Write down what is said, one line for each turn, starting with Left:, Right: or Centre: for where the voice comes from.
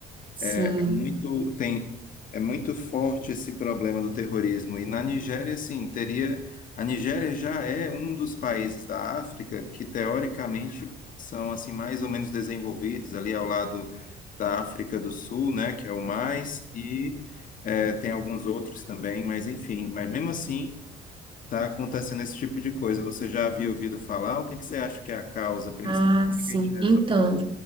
Right: Sim.
Left: é muito tem é muito forte esse problema do terrorismo e na Nigéria sim teria a Nigéria já é um dos países da África que teoricamente são assim mais ou menos desenvolvidos ali ao lado da África do Sul né que é o mais e é, tem alguns outros também mas enfim mas mesmo assim está acontecendo esse tipo de coisa você já havia ouvido falar o que que você acha que é a causa principal
Right: Ah, sim.
Left: Como é que a gente resolve
Right: Então,